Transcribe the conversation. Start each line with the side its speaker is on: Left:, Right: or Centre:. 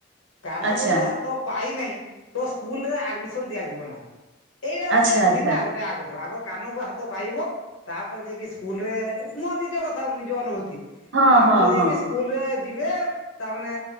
Left: କାନକୁ
Right: ଆଚ୍ଛା
Left: ଯଦି ହାତ ପାଇନାଇଁ ତ ସ୍କୁଲ୍ ରେ ଆଡମିସନ୍ ଦିଆଯିବ ନାହିଁ। ଏଇଟା ଗୋଟେ
Right: ଆଚ୍ଛା ଆଚ୍ଛା
Left: ଥିଲା ଗୋଟେ ଆଗରୁ। ଆଗ କାନକୁ ହାତ ପାଇବ ତାପରେ ଯାଇକି ସ୍କୁଲ୍ ରେ ମୋ ନିଜ କଥା ନିଜ ଅନୁଭୂତି।
Right: ହଁ
Left: ତାପରେ
Right: ହଁ
Left: ଯାଇକି
Right: ହଁ
Left: ସ୍କୁଲ୍
Right: ହଁ।
Left: ରେ ଯିବେ ତାମାନେ